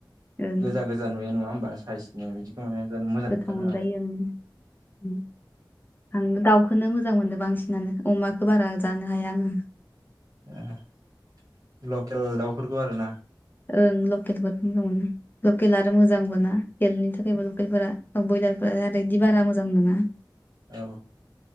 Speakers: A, on the left; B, on the right.
A: ओं
B: गोजा गोजा नुयो नङा होमबा? साइसनो बिदिखौ माने जानो मोजां मोनथारो
A: औ‌ मोनजायो
B: आरो
A: ओं आंबो दाउखौनो मो मोजां मोनदो बांसिनानो अमाखो बारा जानो हाया आङो
B: ओ लकेल दाउफोरखौ आरोना
A: ओं लकेलफोरखौ मोजांमोनो। लकेल आरो मोजांबो ना हेल्थनि थाखायबो लकेलफोरा बयलारफोरा नाथाय बिदि बारा मोजां नङा
B: औ